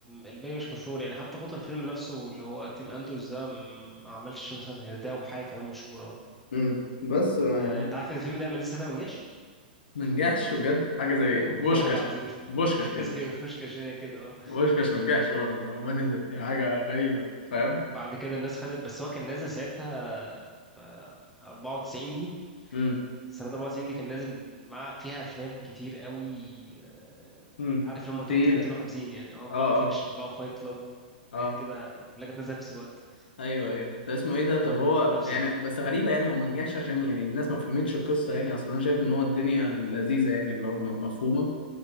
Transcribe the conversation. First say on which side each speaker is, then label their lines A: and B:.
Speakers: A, in the centre; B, on the left (about 75°).
A: الباقي مش مشهور يعني حتى بطل الفيلم نفسه اللي هو تيم اندروز ده م- ما عملش مثلا غير ده وحاجه كمان مشهوره
B: امم بس آه،
A: آه،
B: هو
A: انت عارف ان الفيلم ده ما نزل ساعتها ما نجحش
B: ما نجحش بجد حاجه زي
A: والله
B: بوشكاش
A: العظيم <laughs>
B: بوشكاش
A: حاجه
B: كده
A: زي بوشكاش هنا كده اه
B: بوشكاش ما نجحش برضه ما نزل يعني حاجه غريبه فاهم
A: بعد كده الناس خدت بس هو كان نازل ساعتها في 94 دي
B: امم
A: سنة 94 دي كان نازل مع فيها أفلام كتير قوي آه،
B: امم
A: عارف لما توب
B: تقيله
A: 10 250 يعني اه بالب
B: اه
A: فيكشن
B: اه
A: بقى وفايت كلاب
B: اه
A: حاجات كده كلها كانت نازلة في نفس الوقت
B: ايوه ايوه ده اسمه ايه ده
A: فمنافسة
B: طب هو يعني بس غريبه يعني هو ما نجحش عشان يعني الناس ما فهمتش القصه يعني اصلا انا شايف ان هو الدنيا لذيذه يعني اللي هو م- مفهومه